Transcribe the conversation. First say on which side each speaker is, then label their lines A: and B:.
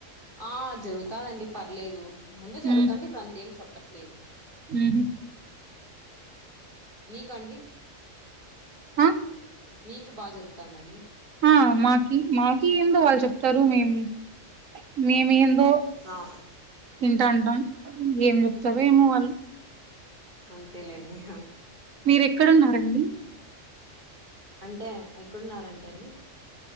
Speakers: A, on the right; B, on the right.
A: ఆ జరుగుతాదండి పర్లేదు ముందు జరుగుతండి
B: ఉమ్
A: ఇప్పుడు అంత ఏం చెప్పట్లేదు
B: ఉహు
A: మీకు అండి
B: అ
A: మీకు బాగా జరుగుతుంద అండి
B: ఆ మాకి మాకి ఎందో వాల్ చెప్ స్తరు మేము మేము ఏందో
A: ఆ
B: ఇంట అంటాం ఏం చెప్తారు ఏమో వాళ్ళు
A: అంతే లే అండి యా
B: మీర ఎక్కడున్నారండి
A: అంటే ఎక్కడున్నారంటే అన్ని